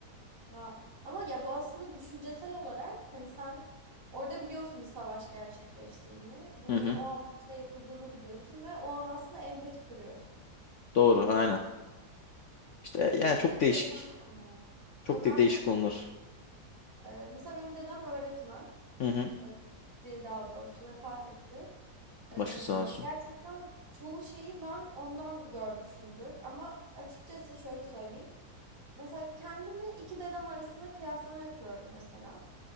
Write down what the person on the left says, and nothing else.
Hı hı.
Doğru aynen. İşte yani
çok
değişik.
Çok
de
değişik
konular.
Hı hı.
Başı sağ olsun.